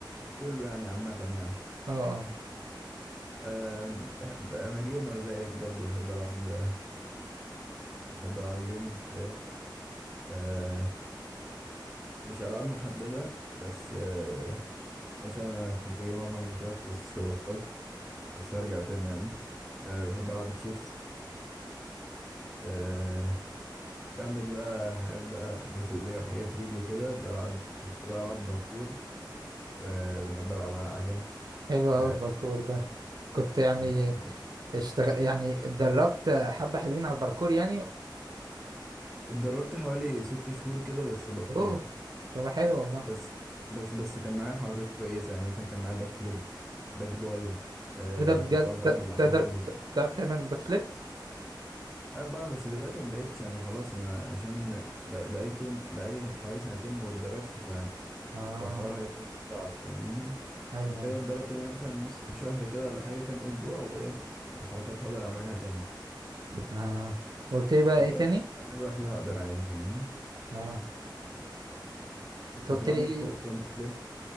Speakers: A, in the centre; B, on the right (about 60°).
A: كله يعني عامة يعني
B: اه اه
A: آه بحب أنا جيمر زيك برضو بحب ألعب آه، بحب ألعب جيمز زيك آه مش ألعاب محددة بس آه مثلا أنا كنت جيمر ماينكرافت بس بطلت بس ارجع تاني يعني أه بحب العب تشيس أه في عندك بقى حاجات بقى جسدية وحاجات ريل وكده بلعب كنت بلعب باركور وبحب العب على عجل
B: حلو
A: و
B: اوي الباركور ده كنت يعني
A: مم، وكنت
B: اشتغل يعني اتدربت حبة حلوين على الباركور يعني
A: اتدربت حوالي ست شهور كده بس بطلت
B: اوه طب حلو والله
A: بس بس بس كان معايا حركات كويسة يعني مثلا كان معايا باك فليب باك دايف أه
B: ايه ده بجد
A: كنت بعرف
B: ت-
A: اعدي من على
B: تقدر
A: الحواجز
B: ت- تعرف تعمل باك فليب
A: انا بعرف بس دلوقتي ما بقتش يعني خلاص انا عشان بقى- بقالي كتير بقالي حوالي سنتين ما بتدربش
B: اه
A: فالحوار هيكون صعب فاهمني
B: ايوه
A: محتاج
B: ايوه
A: اتدرب تاني مثلا نص شهر كده ولا حاجة كام اسبوع وايه والحركات هقدر اعملها تاني
B: اه قلت لي بقى
A: حتى
B: ايه تاني
A: لو اتدربت عليها لوحدي هقدر عادي فاهمني
B: اه انت
A: كنت
B: قلت
A: بعمل
B: لي ايه
A: فوق فرونت فليب